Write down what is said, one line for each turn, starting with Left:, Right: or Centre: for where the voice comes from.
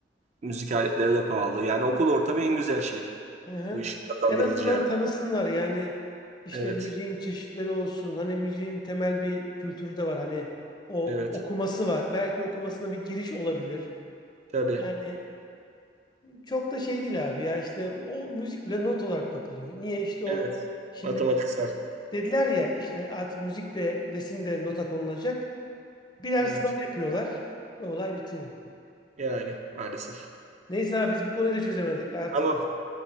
Right: Müzik aletleri de pahalı. Yani okul ortamı en güzel şey.
Left: hı hı.
Right: Bu işin kazandırılacağı.
Left: en azından tanısınlar yani işte
Right: Evet,
Left: müziğin çeşitleri olsun. Hani müziğin temel bir kültürü de var. Hani o
Right: evet.
Left: okuması var. Belki okumasına bir giriş olabilir.
Right: Tabii.
Left: Yani Çok da şey değil abi ya işte o müzik bile not olarak bakılıyor. Niye işte o
Right: Evet.
Left: şimdi
Right: Matematiksel.
Left: dediler ya işte artık müzik de resim de nota konulacak. Birer
Right: Evet.
Left: sınav yapıyorlar ve olay bitiyor.
Right: Yani maalesef.
Left: Neyse abi biz bu konuyu da çözemedik artık.
Right: Tamam.